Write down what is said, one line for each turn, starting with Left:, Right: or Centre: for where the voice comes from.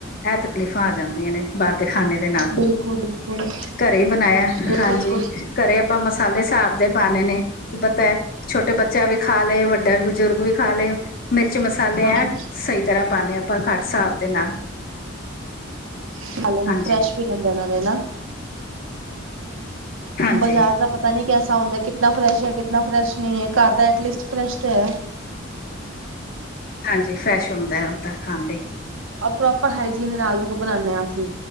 Left: ਇਹ ਤਕਲੀਫ਼ਾਂ ਆ ਜਾਂਦੀਆਂ ਨੇ ਬਾਹਰ ਦੇ ਖਾਣੇ ਦੇ ਨਾਲ
Right: ਬਿਲਕੁਲ ਬਿਲਕੁਲ
Left: ਘਰੇ ਹੀ ਬਣਾਇਆ
Right: ਬਿਲਕੁਲ
Left: ਹਾਂਜੀ
Right: ਬਿਲਕੁਲ
Left: ਘਰੇ ਆਪਾਂ ਮਸਾਲੇ ਹਿਸਾਬ ਦੇ ਪਾਉਣੇ ਨੇ ਕੀ ਪਤਾ ਹੈ ਛੋਟੇ ਬੱਚਾ ਵੀ ਖਾ ਲਏ ਵੱਡਾ ਬਜ਼ੁਰਗ ਵੀ ਖਾ ਲਏ ਮਿਰਚ ਮਸਾਲੇ
Right: ਹਾਂ
Left: ਹੈ ਸਹੀ ਤਰ੍ਹਾਂ ਪਾਉਦੇ ਹ ਆਪਾਂ ਘੱਟ ਹਿਸਾਬ ਦੇ ਨਾਲ
Right: ਹ
Left: ਹਾਂਜੀ
Right: ਫਰੈਸ਼ ਵੀ ਰਹਿੰਦਾ ਨਾਲੇ ਨਾ
Left: ਹਾਂਜੀ
Right: ਬਜ਼ਾਰ ਦਾ ਪਤਾ ਨ ਨਹੀਂ ਕੈਸਾ ਹੁੰਦਾ ਕਿਤਨਾ ਫਰੈਸ਼ ਹੈ ਕਿਤਨਾ ਫਰੈਸ਼ ਨਹੀਂ ਹੈ ਘਰ ਦਾ ਐਟਲੀਸਟ ਫਰੈਸ਼ ਤੇ ਹੈ
Left: ਹਾਂਜੀ ਫਰੈਸ਼ ਹੁੰਦਾ ਉਹ ਤਾਂ ਖਾਣ ਲਈ
Right: ਉਹ ਪ੍ਰੋਪਰ ਹਾਈਜੀਨ ਦੇ ਨਾਲ ਬਣਾਉਂਦੇ ਹਾਂ ਅਸੀਂ